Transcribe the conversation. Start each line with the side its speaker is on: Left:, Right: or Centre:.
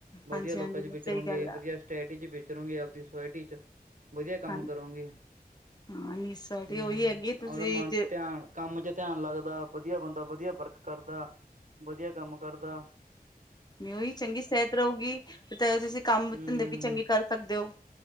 Right: ਵਧੀਆ
Left: ਹਾਂਜੀ,
Right: ਲੋਕਾਂ
Left: ਹਾਂਜੀ
Right: ਚ ਵਿਚਰੋਂਗੇ
Left: ਸਹੀ ਗੱਲ ਆ
Right: ਵਧੀਆ ਸੋਸਾਇਟੀ ਵੇਚਰੋਗੇ ਆਪਦੀ ਸੋਸਾਇਟੀ ਚ। ਵਧੀਆ ਕੰਮ
Left: ਹਾਂ
Right: ਕਰੋਂਗੇ,
Left: ਹਾਂ ਨੀ ਸਾਡੀ
Right: ਹੂੰ
Left: ਉਹੀ ਹੈਗੀ ਤੁਸੀਂ
Right: ਆਪਦਾ ਮਨ
Left: ਜੇ
Right: ਧਿਆਨ, ਕੰਮ ਚ ਧਿਆਨ ਲੱਗਦਾ ਵਧੀਆ ਬੰਦਾ ਵਧੀਆ ਵਰਕ ਕਰਦਾ ਵਧੀਆ ਕੰਮ ਕਰਦਾ‌।
Left: ਨ ਉਹੀ ਚੰਗੀ ਸਿਹਤ ਰਹੁਗੀ ਤੁਸੀਂ ਕੰਮ
Right: ਹੂੰ
Left: ਧੰਦੇ ਵੀ ਚੰਗੇ ਕਰ ਸਕਦੇ ਹੋ।